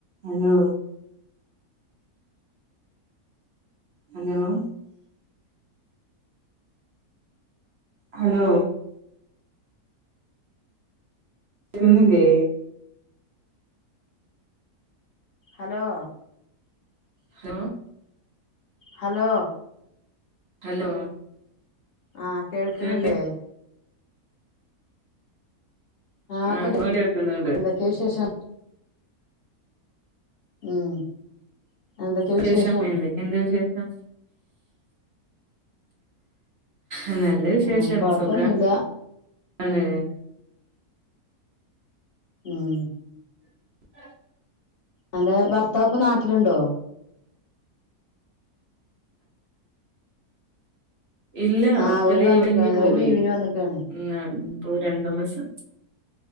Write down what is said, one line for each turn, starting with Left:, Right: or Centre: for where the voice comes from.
Right: Hello hello hello ഇുന്നില്ലേ
Left: hello
Right: ഹ
Left: hello
Right: hello
Left: ആഹ കേൾക്കണില്ലേ
Right: കേക്ക്
Left: ആഹ്
Right: ആ
Left: അപ്പൊ
Right: ഇപ്പൊ
Left: കേ
Right: കേൾക്കുന്നുണ്ട്
Left: എന്തൊക്കെയ വിശേഷം ഉം എന്തൊക്കെ
Right: ശേഷം
Left: വിശേഷം
Right: എന്തൊക്കെയ എന്താച്ച ആ ആ നല്ല വിശേഷം
Left: ഉം കൊഴപ്പൊന്നുല്ല
Right: സുഖംാണ്
Left: ആഹ
Right: <unintelligible>
Left: എന്റെ ഭർത്താവപ്പ് നാട്ടിലുണ്ടോ
Right: ഇല്ല
Left: ആ
Right: ഇപ്പൊ
Left: ഓല്
Right: ലീവ്ി
Left: വന്ന്ക്കാണ്
Right: പോവി
Left: ഓല് ലീവിന് വന്ന്ക്കാണ്
Right: ഉ അപ്പൊ രണ്ടു മാസം